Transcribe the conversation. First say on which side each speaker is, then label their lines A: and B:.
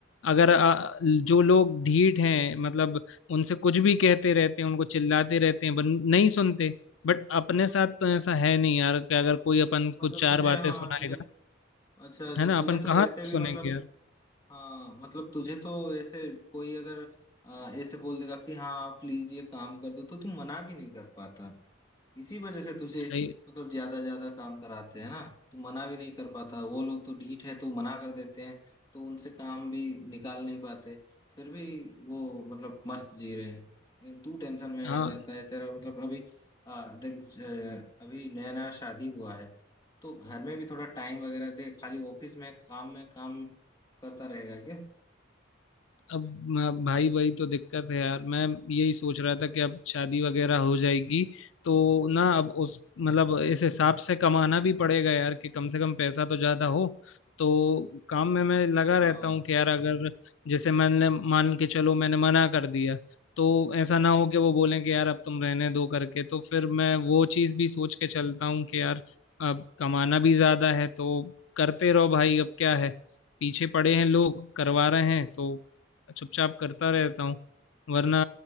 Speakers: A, on the left; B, on the left.
A: अगर आ, जो लोग ढीठ हैं मतलब उनसे कुछ भी कहते रहते हैं उनको चिल्लाते रहते हैं पर नहीं सुनते बट अपने साथ तो ऐसा है नहीं यार कि अगर कोई अपन
B: मतलब
A: को चार
B: तुझे
A: बातें
B: हाँ
A: सुनाएगा
B: तुझे अच्छा अच्छा
A: है ना
B: तुझे
A: अपन
B: तो
A: कहाँ
B: ऐसे
A: तक
B: भी
A: सुनेंगे
B: मतलब
A: यार
B: हाँ मतलब तुझे तो ऐसे कोई अगर आ, ऐसे बोल देगा कि हाँ प्लीज ये काम कर दो तो तू मना भी नहीं कर पाता इसी वजह से तुझे
A: सही
B: मतलब ज्यादा ज्यादा काम कराते हैं ना तू मना भी नहीं कर पाता वो लोग तो ढीठ है तो मना कर देते हैं तो उनसे काम भी निकाल नहीं पाते फिर भी वो मतलब मस्त जी रहे हैं लेकिन तू टेंशन में
A: हाँ
B: आ जाता है तेरा मतलब अभी आ, देख अ, अभी नया नया शादी हुआ है तो घर में भी थोड़ा टाइम वगैरह दे खाली ऑफिस में काम में काम करता रहेगा क्या
A: अब अ, भाई भाई तो दिक्कत है यार मैं यही सोच रहा था कि अब शादी वगैरह हो जाएगी तो ना अब उस मतलब इस हिसाब से कमाना भी पड़ेगा यार कि कम से कम पैसा तो ज्यादा हो तो काम में मैं लगा
B: हाँ
A: रहता हूँ कि यार अगर जैसे मैंने मान के चलो मैंने मना कर दिया तो ऐसा ना हो कि वो बोलें कि यार अब तुम रहने दो करके तो फिर मैं वो चीज़ भी सोच के चलता हूँ कि यार अब कमाना भी ज्यादा है तो करते रहो भाई अब क्या है पीछे पड़े हैं लोग करवा रहे हैं तो चुपचाप करता रहता हूँ वरना